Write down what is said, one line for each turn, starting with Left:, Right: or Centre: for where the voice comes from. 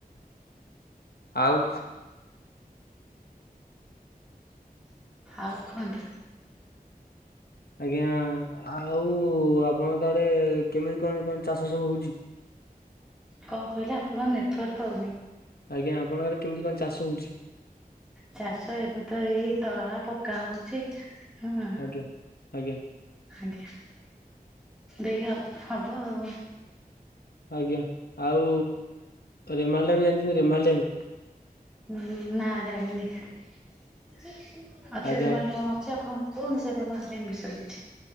Left: ଆଉ।
Centre: ଆଉ କୁହନ୍ତୁ।
Left: ଆଜ୍ଞା ଆଉ ଆପଣଙ୍କ ଆଡେ କେମିତି କଣ କଣ ଚାଷ ସବୁ ହଉଛି? <inaudible>
Centre: କଣ କହିଲେ ଆପଣଙ୍କ ନେଟୱାର୍କ ପାଉନି।
Left: ଆଜ୍ଞା ଆପଣଙ୍କ ଆଡେ କେମିତି କଣ ଚାଷ ହଉଛି।
Centre: ଚାଷ ଏବେ ତ ଏଇ ତଳା ପକା ହଉଚି ହଁ।
Left: ଆଜ୍ଞା ଆଜ୍ଞା
Centre: ଆଜ୍ଞା ଦେଇହ ହବ ଆଉ।
Left: ଆଜ୍ଞା ଆଉ ରେମାଲ ଡାମ ଜାଣିଛନ୍ତି ରେମାମ ଡ୍ୟାମ।
Centre: ହଁ ନା ଜାଣିନି ଅଛି
Left: ଆଜ୍ଞା
Centre: ରେମାଲ ଡ୍ୟାମ ଅ ଅଛି ଆପଣଙ୍କ କୁହନ୍ତୁ ସେ ରେମାଲ ଡ୍ୟାମ ବିଷୟରେ କିଛି।